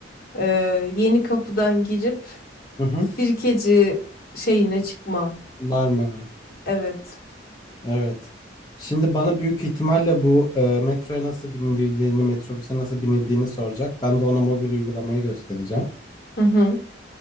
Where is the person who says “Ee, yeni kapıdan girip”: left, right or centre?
Left